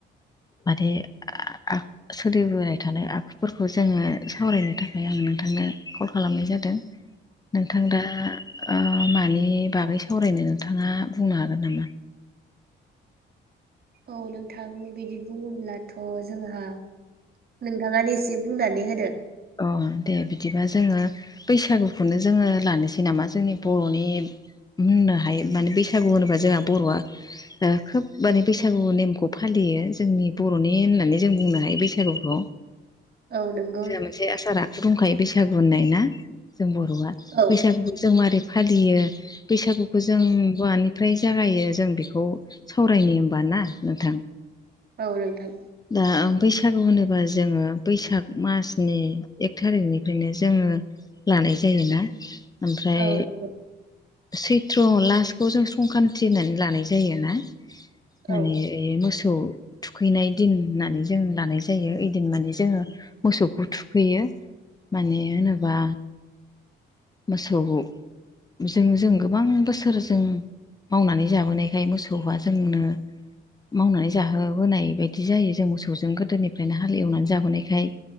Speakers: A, on the left; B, on the right.
A: माने <unintelligible> सोलिबोाय थानाय आखुफोरखौ जोङो सावरायनो थाखाय आं नोंथांनो कल खालामनाय जादों। नोंथां दा ओ मानि बागै सावरायनो नोंथाङा बुंनो हागोन नामा?
B: औ नोंथां बिदि बुङोब्लाथ' जोंहा नोंथाङानो एसे बुंनानै होदो।
A: अ दे बिदिबा जोङो बैसागुखौनो जोङो लानोसै नामा जोंनि बर'नि होननो हायो माने बैसागु होनोबा जोंहा बर'आ ओ खोब माने बैसागु नेमखौ फालियो जोंनि बर'नि होननानै जों बुंनो हायो बैसागुखौ।
B: औ नों
A: जोंहा मोनसे आसार दंखायो बैसागु होननाय ना जों बर'आ
B: औ
A: बैसागुखौ जों मारै फालियो बैसागुखौ जों बवानि ओमफ्राय जागायो जों बेखौ सावरायनो होमबा ना नोंथां।
B: औ नोंथां।
A: दा बैसागु होनोबा जोङो बैसाग मास नि एक थारिखनिफ्रायनो जोङो लानाय जायोना? ओमफ्राय
B: औ नंगौ
A: सैथ्र' लास्टखौ जों संख्रान्ति होननानै लानाय जायोना माने
B: औ
A: ए मोसौ थुखैनाय दिन होननानै जों लानाय जायो ऐदिन माने जोङो मोसौ <unintelligible> थुखैयो माने होनोबा मोसौजों जों गोबां बोसोर जों मावनानै जाबोनायखाय मोसौआ जोंनो मावनानै जाहोबोनाय बायदि जायो जों मोसौजों गोदोनिफ्रायनो हालेवनानै जाबोनायखाय